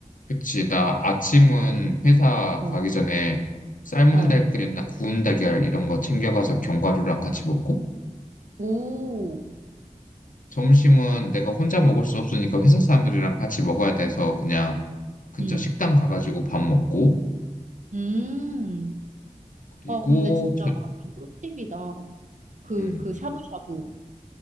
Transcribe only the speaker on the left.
그치, 나 아침은 회사
가기 전에 삶은
달걀이나 구운 달걀 이런 거 챙겨가서 견과류랑 같이 먹고,
점심은 내가 혼자 먹을 수 없으니까 회사 사람들이랑 같이 먹어야 돼서 그냥 근처
식당 가가지고 밥 먹고,
그리고,
저,
음,